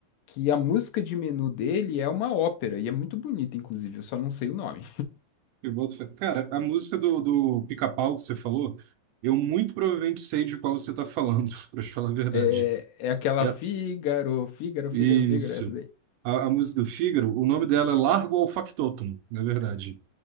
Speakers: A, on the left; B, on the right.
A: que a música de menu dele é uma ópera e é muito bonita, inclusive, eu só não sei o nome.
B: Eu boto fé. Cara, a música do, do Pica-Pau que você falou, eu muito provavelmente sei de qual você está falando, <laughs> para te falar a verdade.
A: É, é aquela
B: É,
A: Fígaro, Fígaro,
B: isso.
A: Fígaro, Fígaro, essa daí.
B: A, a música do Fígaro, o nome dela é Largo ao Factotum, na verdade.